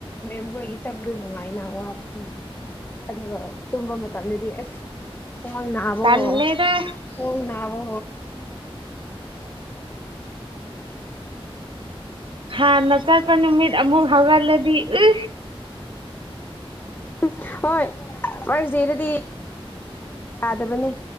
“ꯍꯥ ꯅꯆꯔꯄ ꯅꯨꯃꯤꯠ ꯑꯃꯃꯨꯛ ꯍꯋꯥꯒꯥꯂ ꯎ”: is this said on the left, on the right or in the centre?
Right